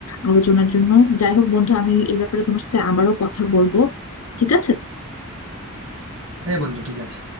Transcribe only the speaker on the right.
হ্যাঁ বন্ধু ঠিক আছে